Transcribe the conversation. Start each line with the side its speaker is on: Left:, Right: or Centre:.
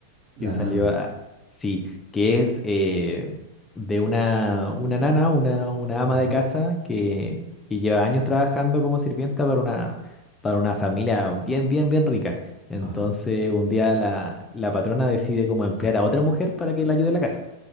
Right: La
Left: que salió,
Right: Nana.
Left: a- sí, que es eh, de una, una nana, una, una ama
Right: Ujú.
Left: de casa que, que lleva años trabajando como sirvienta para una, para una familia bien, bien, bien rica. Entonces
Right: Ajá.
Left: un día la, la patrona decide como emplear a otra mujer para que la ayude en la casa.